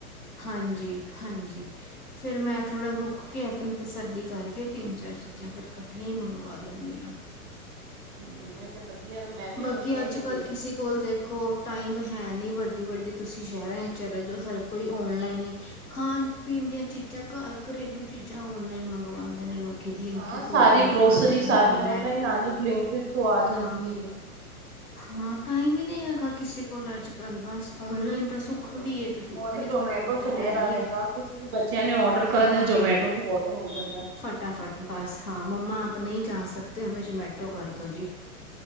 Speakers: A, on the left (about 80°); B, on the right (about 45°).
A: ਹਾਂਜੀ ਹਾਂਜੀ ਫਿਰ ਮੈਂ ਥੋੜਾ ਰੁਕੇ ਆਪਣੀ ਤਸੱਲੀ ਕਰਕੇ ਤਿੰਨ ਚਾਰ ਚੀਜ਼ਾਂ ਫੇਰ ਇਕੱਠੀਆਂ ਹੀ ਮੰਗਵਾ ਲੈਦੀ ਆ
B: ਹਮ ਇਹ ਤੇ ਵਧੀਆ ਵੀ ਮੈਂ ਵੀ
A: ਬਾਕੀ
B: ਹੁਣ ਉਹੀ
A: ਅੱਜ ਕੱਲ
B: ਦੇਖ
A: ਕਿਸੇ ਕੋਲ
B: ਹਮ
A: ਦੇਖੋ
B: ਹਮ।
A: ਟਾਈਮ ਹੈ ਨੀ ਵੱਡੇ - ਵੱਡੇ ਤੁਸੀਂ ਸ਼ਹਿਰ ਚਲੋ ਜੋ ਹਰ ਕੋਈ ਓਨਲਾਈਨ ਹੀ ਖਾਣ ਪੀਣ ਦੀਆਂ ਚੀਜ਼ਾਂ ਘਰ ਘਰੇਲੂ ਚੀਜ਼ਾਂ ਔਨਲਾਈਨ ਮੰਗਵਾਉਂਦੇ ਨੇ ਲੋਕ ਬਲਿੰਕਿਟ
B: ਹਾਂ
A: ਹੋ
B: ਸਾਰੀ
A: ਗਿਆ
B: ਗਰੋਸਰੀ
A: ਫਲਾਣਾ ਟਮਕਾਨਾ
B: ਸਾਰੀ ਔਨਲਾਈਨ
A: ਹੋ
B: ਆਣੀ ਬਲਿੰਕਟ ਤੋਂ ਆ
A: ਹਾਂ।
B: ਜਾਂਦੀ ਹੈਗੀ
A: ਹਾਂ ਟਾਈਮ ਹੀ ਨਹੀਂ ਹੈਗਾ ਕਿਸੇ ਕੋਲ ਅੱਜ ਕੱਲ ਬਸ ਔਨਲਾਈਨ ਤਾਂ ਸੁੱਖ
B: ਹਮ
A: ਵੀ ਹੈ ਤੇ ਦੁੱਖ
B: ਔਰ
A: ਵੀ
B: ਜੋਮੈਟੋ
A: ਥੋੜਾ ਬਹੁਤਾ
B: ਚੱਲਿਆ
A: ਹੈ ਹੀ
B: ਦਾ ਵੇਗਾ
A: ਹੈ
B: ਕੁਛ ਵੀ ਬੱਚਿਆਂ ਨੇ ਔਡਰ ਕਰਨ
A: ਹਾਂ
B: ਦਾ ਜੋਮੈਟੋ ਤੋਂ ਔਡਰ। ਹੋ ਜਾਂਦਾ
A: ਫਟਾਫਟ ਬਸ ਹਾਂ ਮੰਮਾ ਆਪ
B: ਹੂੰ।
A: ਨਹੀਂ ਜਾ ਸਕਦੇ ਹਮੇ ਜਮੈਟੋ ਕਰਦੋ ਜੀ